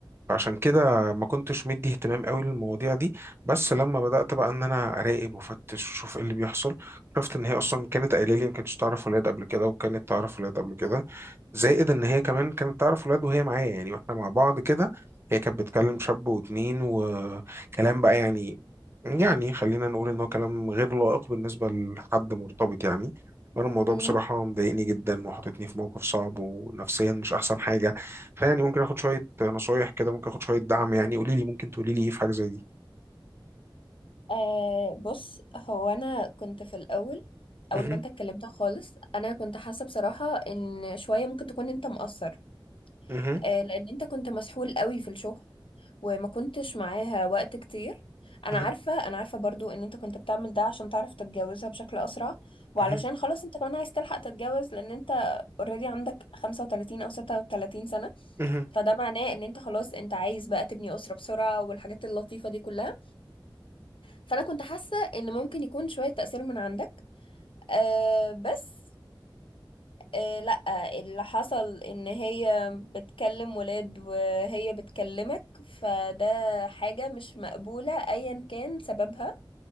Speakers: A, on the right (about 30°); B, on the left (about 85°).
A: فعشان كده ما كنتش مدي اهتمام قوي للمواضيع دي بس لما بدأت بقى ان انا اراقب وافتش واشوف ايه اللي بيحصل عرفت ان هي اصلا كانت قايله لي ما كانتش تعرف ولاد قبل كده وكانت تعرف ولاد قبل كده زائد ان هي كمان كانت تعرف ولاد وهي معايا يعني واحنا مع بعض كده هي كانت بتكلم شاب واتنين وكلام بقى يعني يعني خلينا نقول ان هو كلام غير لائق بالنسبة لحد مرتبط يعني وانا الموضوع
B: مم.
A: بصراحة مضايقني جدا وحاططني في موقف صعب ونفسيا مش احسن حاجة فيعني ممكن اخد شويه نصايح كده ممكن اخد شويه دعم يعني قولي لي ممكن تقولي لي ايه في حاجه زي دي
B: آه بص هو انا كنت في الاول اول
A: مهم،
B: ما انت اتكلمت خالص انا كنت حاسه بصراحه ان شويه ممكن تكون انت مقصر
A: مهم،
B: آه لان انت كنت مسحول قوي في الشغل وما كنتش معاها وقت كتير انا
A: مهم،
B: عارفه انا عارفه برضو ان انت كنت بتعمل ده عشان تعرف تتجوزها بشكل اسرع وعلشان
A: مهم،
B: خلاص انت كمان عايز تلحق تتجوز لان انت اوريدي عندك 35 او 36 سنه
A: مهم،
B: فده معناه ان انت خلاص انت عايز بقى تبني اسره بسرعه والحاجات اللطيفه دي كلها فانا كنت حاسه ان ممكن يكون شويه تاثير من عندك أه بس أه لا اللي حصل ان هي بتكلم ولاد وهي بتكلمك فده حاجه مش مقبوله ايا كان سببها